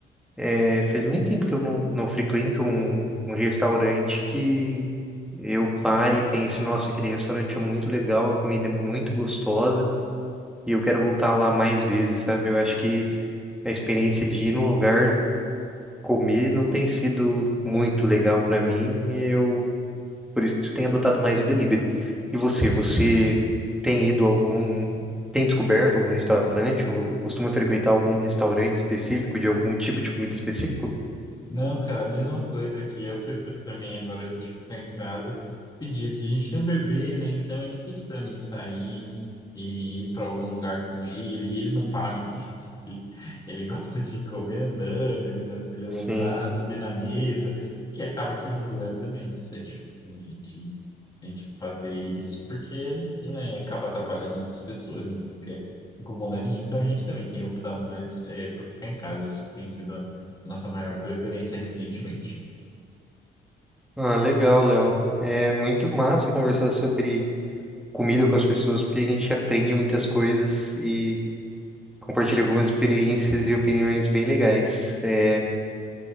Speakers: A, in the centre; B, on the left (about 20°).
A: é, faz muito tempo que eu não, não frequento um, um restaurante que eu pare e pense, nossa, aquele restaurante é muito legal, a comida é muito gostosa e eu quero voltar lá mais vezes, sabe? Eu acho que a experiência de ir num lugar comer não tem sido muito legal para mim e eu Por isso tem adotado mais o delivery. E você, você tem ido a algum, tem descoberto algum restaurante ou costuma frequentar algum restaurante específico de algum tipo de comida específico?
B: Não, cara, a mesma coisa aqui. Eu prefiro também agora a gente ficar em casa, pedir aqui. A gente tem um bebê, né? Então é difícil também sair e ir para algum lugar com ele. E ele não para muito quieto. <laughs> Ele, ele gosta de comer andando, ele gosta de levantar,
A: Sim.
B: subir na mesa. E acaba que nos lugares é mais é difícil né, a gente, a gente fazer isso, porque né, acaba atrapalhando outras pessoas. A gente não quer incomodar ninguém. Então a gente também tem optado mais eh, por ficar em casa. Acho que Tem sido a nossa maior preferência recentemente.
A: Ah, legal, Léo. É muito massa conversar sobre comida com as pessoas, porque a gente aprende muitas coisas e compartilha algumas experiências e opiniões bem legais. É,